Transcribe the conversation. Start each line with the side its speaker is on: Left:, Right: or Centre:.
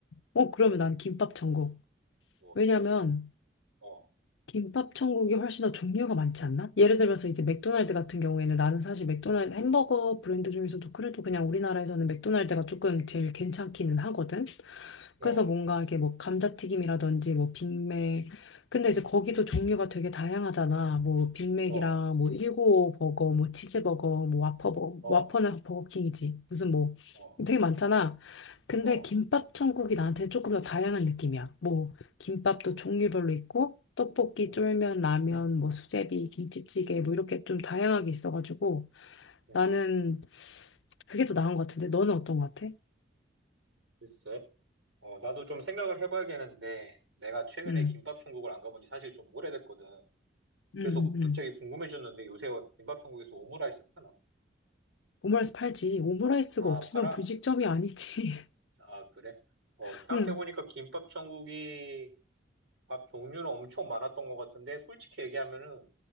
Left: 어, 그러면 난 김밥 천국.
Right: 어,
Left: 왜냐면
Right: 김밥. 어,
Left: 김밥 천국이 훨씬 더 종류가 많지 않나? 예를 들어서 이제 맥도날드 같은 경우에는 나는 사실 맥도날드 햄버거 브랜드 중에서도 그래도 그냥 우리나라에서는 맥도날드가 조금 제일 괜찮기는 하거든.
Right: 어,
Left: 그래서 뭔가 이게 뭐 감자튀김이라든지 뭐 빅맥. 근데 이제 거기도 종류가 되게 다양하잖아. 뭐 빅맥이랑
Right: 어,
Left: 뭐 195 버거, 뭐 치즈버거, 뭐 와퍼 버
Right: 어,
Left: 와퍼는 버거킹이지. 무슨 뭐
Right: 어,
Left: 되게 많잖아. 근데
Right: 어,
Left: 김밥 천국이 나한테 조금 더 다양한 느낌이야. 뭐 김밥도 종류별로 있고 떡볶이,
Right: 음,
Left: 쫄면, 라면, 뭐 수제비, 김치찌개 뭐 이렇게 좀 다양하게 있어가지고
Right: 음.
Left: 나는 그게 더 나은 것 같은데 너는 어떤 것 같아?
Right: 글쎄. 어, 나도 좀 생각을 해봐야겠는데, 내가 최근에
Left: 응,
Right: 김밥 천국을 안 가본 지 사실 좀 오래됐거든.
Left: 응,
Right: 그래서
Left: 응,
Right: 갑자기
Left: 응.
Right: 궁금해졌는데, 요새 김밥 천국에서 오므라이스 파나?
Left: 오므라이스 팔지. 오므라이스가
Right: 아,
Left: 없으면
Right: 팔아?
Left: 분식점이 아니지.
Right: 아, 그래? 어,
Left: <laughs>
Right: 생각해보니까
Left: 응,
Right: 김밥 천국이 밥 종류는 엄청 많았던 것 같은데, 솔직히 얘기하면은,